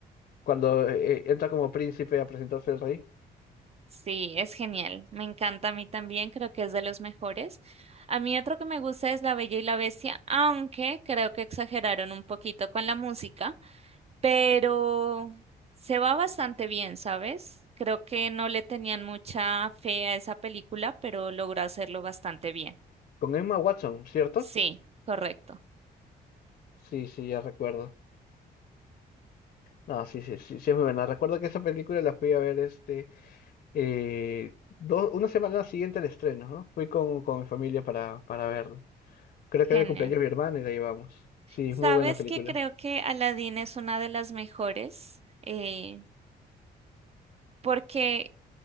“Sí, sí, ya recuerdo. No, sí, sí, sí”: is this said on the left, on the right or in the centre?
Left